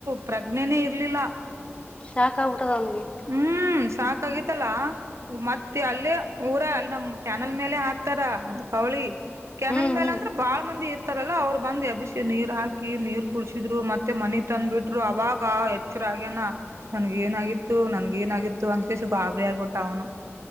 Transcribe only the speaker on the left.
ಶಾಕ್ ಆಗ್ಬಿಟ್ಟದ್ ಅವನಿಗೆ.
ಹ್ಮ್
ಹ್ಮ್